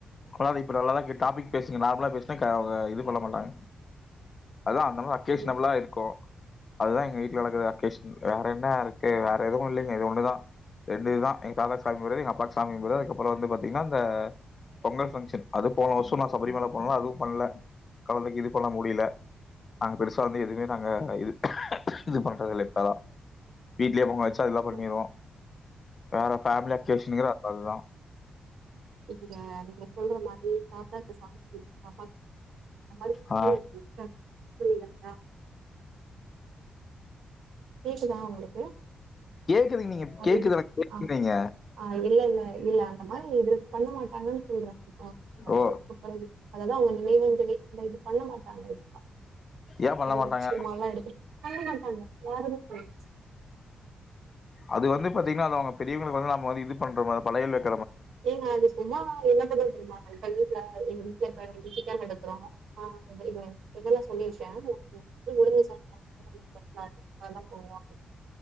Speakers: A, on the left (about 40°); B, on the right (about 85°).
A: ஆஹ் இப்ப நல்லதா கேக்குது டாபிக் பேசுங்க நார்மலா பேசுனா க க இது பண்ண மாட்டாங்க அத அந்த மாரி அக்கேஷனபிளா
B: ம்
A: இருக்கு அதுதா எங்க வீட்ல நடக்குற அக்கேஷன் வேற என்ன இருக்கு வேற எதுவு இல்லைங்க இது ஒன்னுதா ரெண்டு இதுதா எங்க தாதாக் சாமி கும்புட்றது எங்க அப்பாக்கு சாமி கும்புட்றது அதுக்கப்பற வந்து பாத்தீங்கனா இந்த பொங்கல் பங்க்ஷன் அது போன வர்ஷோ நா சபரிமல போனனால அதுவு பண்ல கொழந்தைக்கு இது பண்ண முடிய்ல நாங்க பெருசா வந்து எதுமே நாங்க அ இது இது பண்றதில்ல இப்ப வீட்லே பொங்க வச்சு அது இதா பண்ணிருவோ
B: ஆ
A: வேற ஃபேம்லி அக்கேஷன்ங்கிறது அத் அதுதா
B: எப்டிங்க நீங்க சொல்ற மாதிரியே காக்கா பேசாம போ பாப்பாக்கு அந்த மாரி பிஃபோர்
A: ஆ
B: <unintelligible> பேசலா உங்களுக்கு
A: க்குனு நீங்க
B: அப்படின்னு
A: கேக்குது எனக்கு <inaudible>
B: ஆ ஆ இல்ல இல்ல இல்ல அந்த மாரி இதுக்கு பண்ண எல்லாத்துக்கு வாழ்த்துக்கள்
A: ஓ
B: அவ்ங்கதா அவ்ங்க நினைவஞ்சலி இல்ல இது பண்ணமாட்டாங்க இதுக்கா
A: ஏன் பண்ண
B: நல்ல
A: மாட்டாங்க
B: விஷயமால இருக்கு அவ்ங்க யாருமே போய்ர்ச்சு
A: அது வந்து பாத்தீங்னா அது அந்த பெரியவங்களுக்கு வந்து நாம வந்து இது பண்ற மார் வளையல் எடு
B: ஏங்க ஒங்களுக்கு சும்மா என்ன பண்றது தெரியுமா ஹைபையி அஹ் எங்க வீட்ல இப்ப இன்னைக்கு சிக்கன் எடுக்கிறோ ஆஹ் எத்தனபேர் தெளிவா சொல்லிற்கே ஒ பொண்ணு ஒழுங்கா சாப்ட்டா